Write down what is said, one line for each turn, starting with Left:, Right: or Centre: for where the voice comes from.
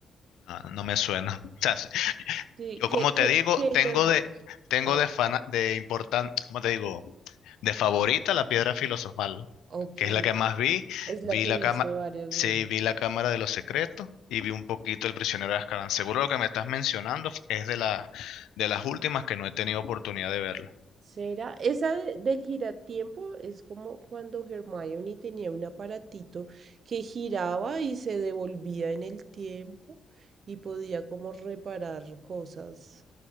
Left: No, no me suena. <laughs> O sea, sí,
Right: Sí,
Left: yo
Right: que,
Left: como te
Right: que,
Left: digo,
Right: que,
Left: tengo
Right: Herm-
Left: de,
Right: Ay,
Left: tengo
Right: ah,
Left: de fana, de importante, ¿cómo te digo? De favorita la piedra filosofal,
Right: ok.
Left: que es la que más vi.
Right: Es
Left: Vi
Right: la que
Left: la
Right: viste
Left: cámara
Right: varias
Left: sí,
Right: veces.
Left: vi la
Right: ah.
Left: Cámara de los Secretos y vi un poquito El prisionero de Azkaban. Seguro lo que me estás mencionando es de la, de las últimas que no he tenido oportunidad de verla.
Right: ¿Será? Esa de- del giratiempo es como cuando Hermione tenía un aparatito que giraba y se devolvía en el tiempo y podía como reparar cosas.